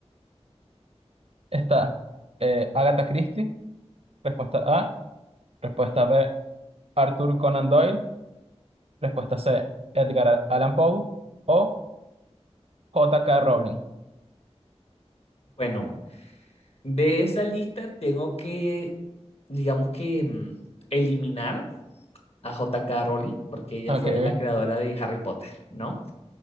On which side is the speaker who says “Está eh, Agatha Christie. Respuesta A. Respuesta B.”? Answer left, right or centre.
Right